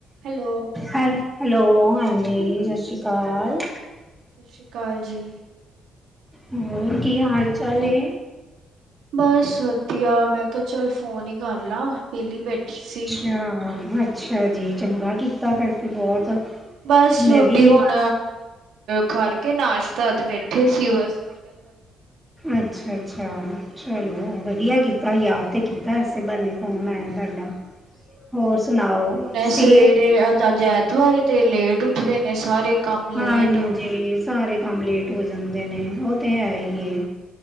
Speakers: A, on the right; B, in the centre.
A: Hello.
B: ਹੈੱਲ, hello, ਹਾਂਜੀ ਸਤਿ ਸ਼੍ਰੀ ਅਕਾਲ।
A: ਸਤਿ ਸ਼੍ਰੀ ਅਕਾਲ ਜੀ,
B: ਹੋਰ ਕੀ ਹਾਲ ਚਾਲ ਐ?
A: ਬਸ ਵਧੀਆ ਮੈਂ, ਕਿਹਾ ਚੱਲ ਫੋਨ ਹੀ ਕਰਲਾ ਪਹਿਲੀ ਬੈਠੀ ਸੀ।
B: ਹਾਂ, ਹਾਂ, ਅੱਛਾ ਜੀ, ਚੰਗਾ ਕੀਤਾ ਫਿਰ ਤਾਂ ਬਹੁਤ
A: ਬਸ ਰੋਟੀ
B: ਮੈਂ ਵੀ
A: ਹੁਣ ਖਕੇ ਨਾਸ਼ਤਾਦ ਬੈਠੇ ਸੀ ਬਸ ਮੈਂ ਕਿਹਾ। ਚਲ
B: ਅੱਛਾ, ਅੱਛਾ, ਚਲੋ ਵਧੀਆ ਕੀਤਾ, ਯਾਦ ਤਾਂ ਕੀਤਾ ਇਸੇ ਬੱਲੇ ਫ਼ੋਨ ਆਇਆ ਤੁਹਾਡਾ ਹੋਰ ਸੁਣਾਓ
A: ਮੈ
B: ਸਿਹਤ
A: ਸਵੇਰੇ ਜ ਦੁਵਰੇ ਤੇ ਲੇਟ ਉੱਠਦੇ ਨੇ ਸਾਰੇ ਕੰਮ ਲੇਟ,
B: ਹਾਂਜੀ ਸਾਰੇ ਕੰਮ ਲੇਟ ਹੋ ਜਾਂਦੇ, ਨੇ ਉਹ ਤਾਂ ਹੈ ਹੀ ਹੈ।